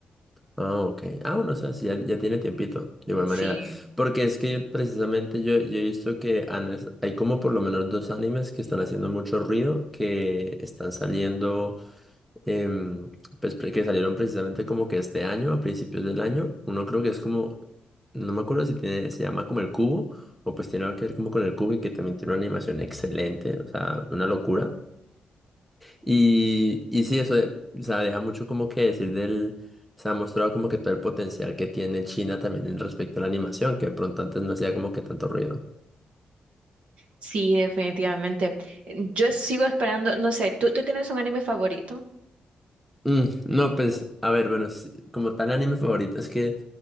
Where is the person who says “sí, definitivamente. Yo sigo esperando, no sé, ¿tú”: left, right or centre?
Right